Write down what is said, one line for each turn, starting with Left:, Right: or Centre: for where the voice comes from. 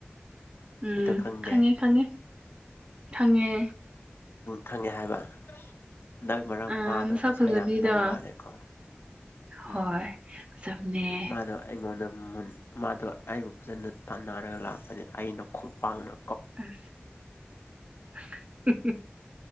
Right: ꯎꯝ
Left: ꯑꯗꯣ ꯈꯪꯗꯦ
Right: ꯈꯪꯉꯦ ꯈꯪꯉꯦ ꯈꯪꯉꯦ
Left: ꯈꯪꯉꯦ ꯍꯥꯏꯕ ꯅꯛ ꯃꯔꯛ
Right: ꯑ
Left: ꯃꯥꯗꯣ ꯃꯁꯛ
Right: ꯐꯖꯕꯤꯗꯣ
Left: ꯌꯥꯝ ꯐꯖꯕ ꯃꯥꯜꯂꯦꯀꯣ ꯎꯝ
Right: ꯍꯣꯏ ꯐꯖꯕꯅꯦ
Left: ꯃꯥꯗꯣ ꯑꯩꯉꯣꯟꯗ ꯃꯥꯗꯣ ꯑꯩꯕꯨ ꯐꯖꯅ ꯇꯥꯟꯅꯔꯒ ꯂꯥꯛꯄꯅꯤ ꯑꯩꯅ ꯈꯣꯡꯄꯥꯛꯅ
Right: <unintelligible>